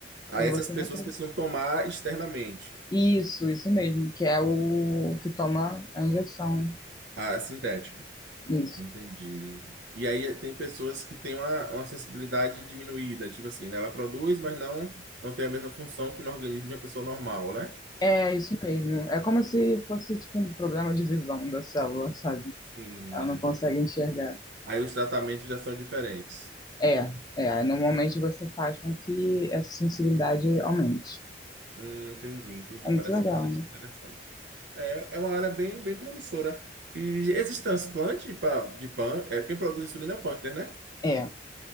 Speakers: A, on the right; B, on the left.
A: aí
B: Quando
A: essas
B: você
A: pessoas
B: nem produz.
A: precisam tomar externamente
B: Isso, isso mesmo, que é o que toma a injeção.
A: a sintética.
B: Isso.
A: Entendi. E aí tem pessoas que têm uma, uma sensibilidade diminuída, tipo assim, né? Ela produz, mas não, não tem a mesma função que no organismo de uma pessoa normal, né?
B: É isso mesmo. É como se fosse tipo um problema de visão da célula, sabe?
A: Sim.
B: Ela não consegue enxergar.
A: Aí os tratamentos já são diferentes.
B: É, é. Aí, Normalmente você faz com que essa sensibilidade aumente.
A: Hum, entendi, entendi.
B: É muito
A: Parece
B: legal,
A: bastante
B: né?
A: interessante. É, é uma área bem, bem promissora. E existe transplante pra, de pâncreas? É, quem produz insulina é o pâncreas, né?
B: É.